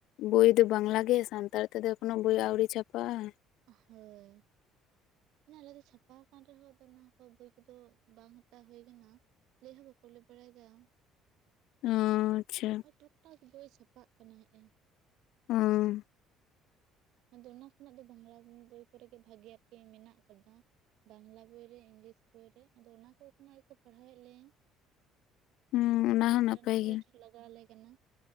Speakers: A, on the left; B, on the right.
A: ᱵᱳᱭ ᱫᱚ ᱵᱟᱝᱞᱟ ᱜᱮ ᱥᱟᱱᱛᱟᱲ ᱛᱮ ᱫᱚ ᱮᱠᱷᱚᱱᱳ ᱵᱳᱭ ᱟᱹᱣᱨᱤ ᱪᱷᱟᱯᱟᱜᱼᱟ ᱾
B: ᱦᱳᱭ ᱾ ᱢᱟᱱᱮ ᱟᱞᱮ ᱫᱚ ᱪᱷᱟᱯᱟ ᱟᱠᱟᱱ ᱨᱮᱦᱚᱸ ᱚᱱᱟ ᱠᱚ ᱵᱳᱭ ᱠᱚᱫᱚ ᱵᱟᱝ ᱦᱟᱛᱟᱣ ᱦᱩᱭ ᱠᱟᱱᱟ ᱾ ᱞᱟᱹᱭ ᱦᱚᱸ ᱵᱟᱠᱚ ᱞᱟᱹᱭ ᱵᱟᱲᱟᱭᱮᱫᱟ ᱾
A: ᱚ ᱟᱪᱪᱷᱟ ᱾
B: ᱴᱩᱠ ᱴᱟᱠ ᱵᱳᱭ ᱪᱷᱟᱯᱟᱜ ᱠᱟᱱᱟ ᱦᱮᱸᱜ ᱮᱸ,
A: ᱚ
B: ᱟᱫᱚ ᱚᱱᱟ ᱠᱷᱚᱱᱟᱜ ᱫᱚ ᱵᱟᱝᱞᱟ ᱵᱳᱭ ᱠᱚᱨᱮ ᱜᱮ ᱵᱷᱟᱜᱤ ᱟᱨᱠᱤ ᱢᱮᱱᱟᱜ ᱟᱠᱟᱫᱟ ᱾ ᱵᱟᱝᱞᱟ ᱵᱳᱭ ᱨᱮ ᱤᱝᱞᱤᱥ ᱵᱳᱭ ᱨᱮ ᱟᱫᱚ ᱚᱱᱟ ᱠᱚ ᱠᱷᱚᱱᱟᱜ ᱜᱮᱠᱚ ᱯᱟᱲᱦᱟᱣᱮᱫ ᱞᱮᱭᱟ ᱾
A: ᱦᱩᱸ ᱚᱱᱟ ᱦᱚᱸ
B: ᱴᱨᱟᱱᱥᱞᱮᱴ
A: ᱱᱟᱯᱟᱭ ᱜᱮ
B: ᱞᱟᱜᱟᱣ ᱟᱞᱮ ᱠᱟᱱᱟ ᱾